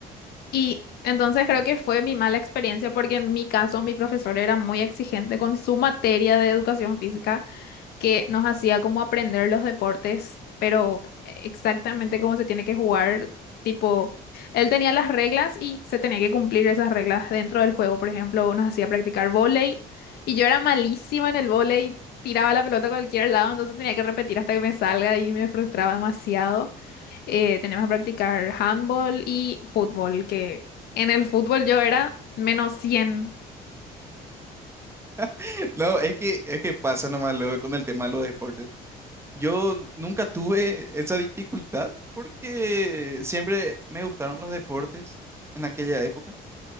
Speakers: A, on the left (about 70°); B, on the right (about 15°).
A: Y entonces creo que fue mi mala experiencia porque en mi caso mi profesor era muy exigente con su materia de educación física que nos hacía como aprender los deportes, pero exactamente cómo se tiene que jugar, tipo, él tenía las reglas y se tenía que cumplir esas reglas dentro del juego, por ejemplo, nos hacía practicar vóley y yo era malísima en el vóley, tiraba la pelota a cualquier lado, entonces tenía que repetir hasta que me salga y me frustraba demasiado. Eh, teníamos que practicar handball y fútbol, que en el fútbol yo era menos cien,
B: <laughs> No, es que, es que pasa nomás luego con el tema de los deportes. Yo nunca tuve esa dificultad porque siempre me gustaron los deportes en aquella época.